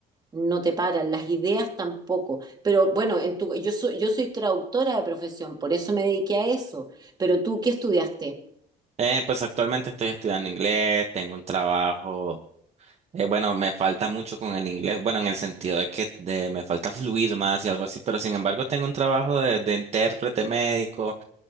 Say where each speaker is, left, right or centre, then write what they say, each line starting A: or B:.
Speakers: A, on the right (about 25°); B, on the right (about 40°).
A: no te paran, las ideas tampoco. Pero bueno, en tu, yo soy, yo soy traductora de profesión, por eso me dediqué a eso. Pero tú, ¿qué estudiaste?
B: Eh, pues actualmente estoy estudiando inglés, tengo un trabajo, eh, bueno, me falta mucho con el inglés, bueno, en el sentido de que de- me falta fluir más y algo así, pero sin embargo tengo un trabajo de, de intérprete médico.